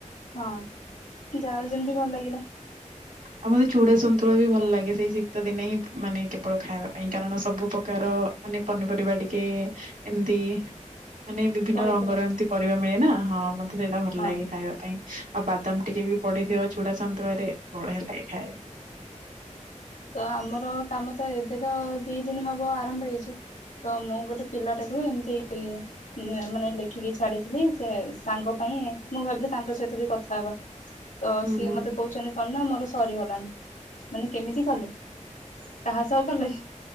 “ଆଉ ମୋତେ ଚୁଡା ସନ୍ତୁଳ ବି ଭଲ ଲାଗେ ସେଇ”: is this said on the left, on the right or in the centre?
Right